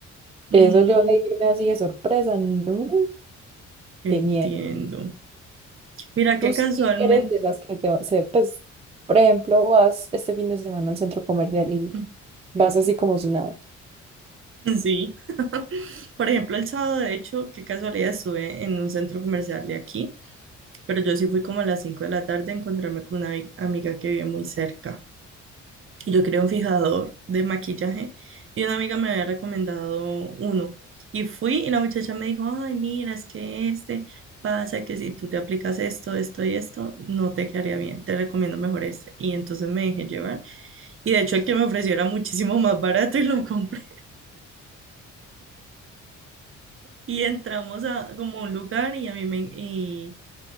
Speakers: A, on the right (about 45°); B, on the right (about 20°).
A: Mm,
B: Eso yo de irme así de sorpresa, no,
A: entiendo.
B: qué miedo.
A: Mira,
B: Tú
A: que casualmente,
B: sí eres de las que te va- se, pues, por ejemplo, vas este fin de semana al centro comercial y
A: <laughs>
B: vas así como si nada.
A: sí. Por ejemplo, el sábado, de hecho, qué casualidad estuve en un centro comercial de aquí, pero yo sí fui como a las 5 de la tarde a encontrarme con una vi- amiga que vive muy cerca. Y yo quería un fijador de maquillaje y una amiga me había recomendado uno. Y fui y la muchacha me dijo, ay, mira, es que este pasa que si tú te aplicas esto, esto y esto, no te quedaría bien, te recomiendo mejor este. Y entonces me dejé llevar. Y de hecho el que me ofreció era muchísimo más barato y lo <laughs> compré. Y entramos a como un lugar y a mí me... y